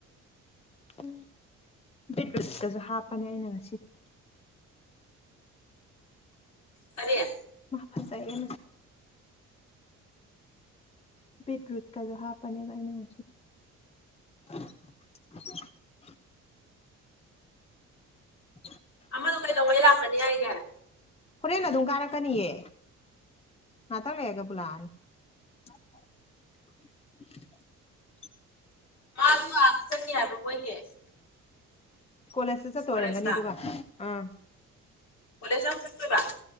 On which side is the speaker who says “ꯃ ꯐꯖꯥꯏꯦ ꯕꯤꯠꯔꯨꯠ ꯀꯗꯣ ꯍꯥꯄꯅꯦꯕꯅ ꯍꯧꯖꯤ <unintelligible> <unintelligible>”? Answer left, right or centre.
Left